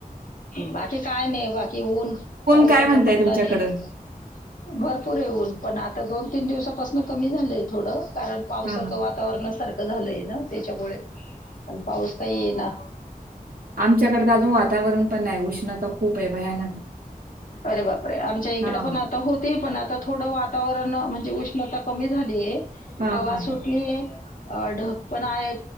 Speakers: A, on the left; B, on the right.
A: बाकी काय नाही बाकी ऊन पावसाचा
B: काय म्हणताय
A: पत्ता
B: तुमच्याकडं?
A: नाही भरपूर येऊन पण आता दोन तीन दिवसापासून कमी झालंय थोडं कारण पावसाचं
B: हां, हां.
A: वातावरण सारखं झालंय ना त्याच्यामुळे पण पाऊस काही ये ना
B: आमच्याकडता अजून वातावरण पण नाही उष्णता खूप आहे भयानक
A: अरे बापरे आमच्या इकडे
B: हां.
A: पण आता होते पण आता थोडं वातावरण म्हणजे उष्णता कमी झालीय
B: हां,
A: हवा
B: हां,
A: सुटलीय अ ढक पण आहे